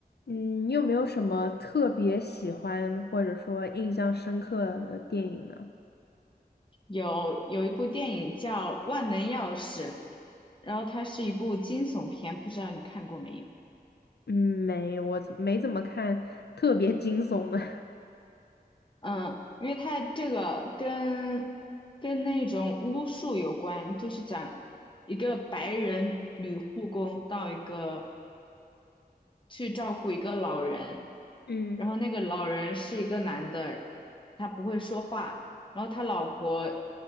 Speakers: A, on the left; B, on the left.
A: 嗯，你有没有什么特别喜欢或者说印象深刻的电影呢？
B: 有有一部电影叫《万能钥匙》，然后它是一部惊悚片，不知道你看过没有？
A: 嗯，没，有，我怎没怎么看特别惊悚的。
B: 嗯，因为它这个跟跟那种巫术有关，就是讲一个白人女护工到一个去照顾一个老人，
A: <laughs> 嗯，
B: 然后那个老人是一个男的，他不会说话，然后他老婆